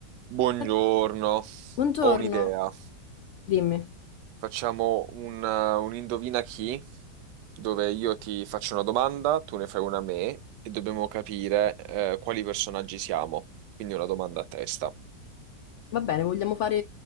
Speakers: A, on the right; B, on the left.
A: Buongiorno,
B: Eh, Buongiorno,
A: ho un'idea.
B: dimmi,
A: Facciamo un, eh, un indovina chi, dove io ti faccio una domanda, tu ne fai una a me e dobbiamo capire eh, quali personaggi siamo. Quindi una domanda a testa.
B: va bene, vogliamo fare